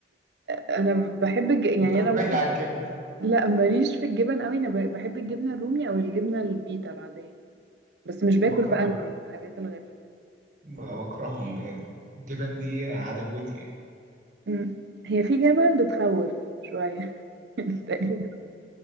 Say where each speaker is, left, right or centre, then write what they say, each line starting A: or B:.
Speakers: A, on the right (about 70°); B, on the right (about 45°).
A: انا بحب الج... يعني
B: متربيه
A: انا برضو
B: على الجبن
A: لا ماليش في الجبن قوي انا ب- بحب الجبنه الرومي او الجبنه الفيتا العاديه بس مش باكل
B: بكرههم
A: بقى الحاجات الغريبه
B: ب- بكرههم بجد الجبن دي عدوتي يعني
A: إمم. هي في جبل بتخوّف شوية <laughs> تقريبًا.